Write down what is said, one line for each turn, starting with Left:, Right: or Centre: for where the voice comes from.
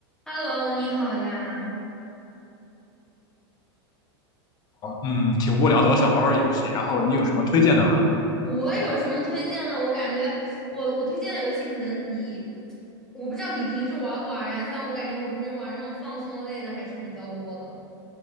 Centre: Hello，你好呀。嗯，
Left: 嗯，挺无聊的，我想玩玩游戏。然后你有什么推荐的吗？
Centre: 我有什么推荐的？我感觉我我推荐的游戏可能你，我不知道你平时玩不玩呀？像我感觉我平时玩这种放松类的还是比较多的。